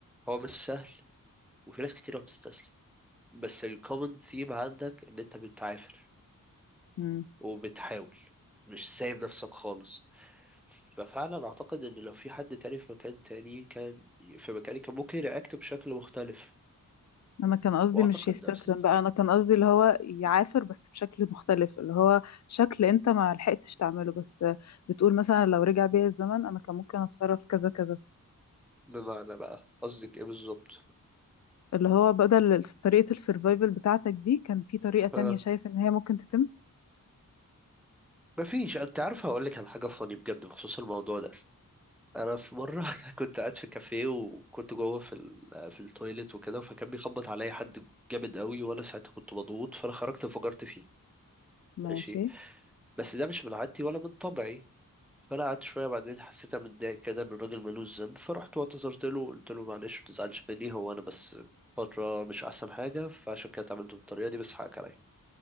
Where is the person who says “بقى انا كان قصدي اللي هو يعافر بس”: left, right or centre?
Left